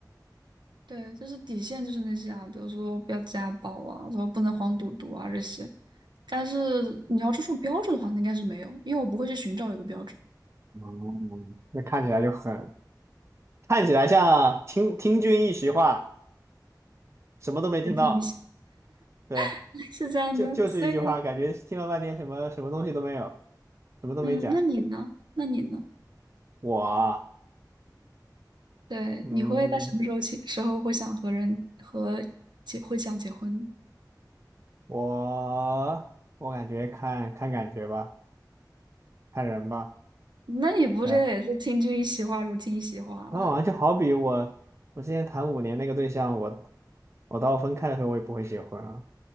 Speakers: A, on the right; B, on the right.
A: 对，就是底线就是那些啊，比如说不要家暴啊，说不能黄赌毒啊这些。但是你要注重标准的话，那应该是没有，因为我不会去寻找一个标准。
B: 哦，那看起来就很，看起来像听听君一席话，什么都没听到。
A: 就凭一些
B: 对，
A: <laughs> 是这样的，
B: 就就是一句话，
A: 所以
B: 感觉听了半天什么什么东西都没有，什么都没讲。
A: 嗯，那你呢？那你呢？
B: 我啊，
A: 对，
B: 嗯，
A: 你会在什么时候起时候会想和人和结会想结婚？
B: 我我感觉看看感觉吧，看人吧。
A: 那你不是也是听君一席话，
B: 对，然
A: 如听一席话啊？
B: 后好像就好比我我之前谈五年那个对象，我我到分开的时候我也不会结婚啊，